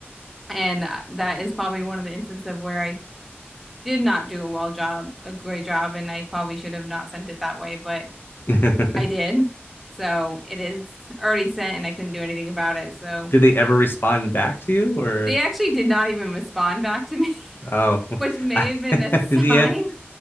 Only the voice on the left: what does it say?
<laughs>
Did they ever respond back to you or
oh
<laughs>
I,
<laughs>
yeah.